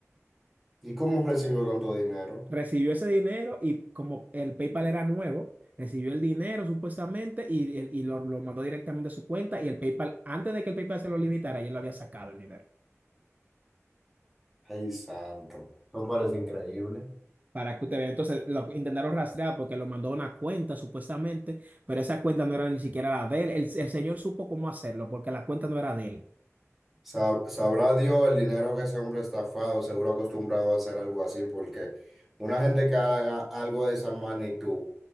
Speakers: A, in the centre; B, on the right.
A: ¿Y cómo recibió tanto dinero?
B: recibió ese dinero y como el PayPal era nuevo, recibió el dinero supuestamente y, el- y lo, lo mandó directamente a su cuenta y el PayPal, antes de que el PayPal se lo limitara, ya lo había sacado el dinero.
A: Ay, santo. Eso parece increíble.
B: Para que usted vea, entonces lo intentaron rastrear porque lo mandó a una cuenta supuestamente, pero esa cuenta no era ni siquiera la de él. El, el señor supo cómo hacerlo porque la cuenta no era de él.
A: Sa- sabrá Dios el dinero que ese hombre estafado, seguro acostumbrado a hacer algo así, porque una gente que haga algo de esa magnitud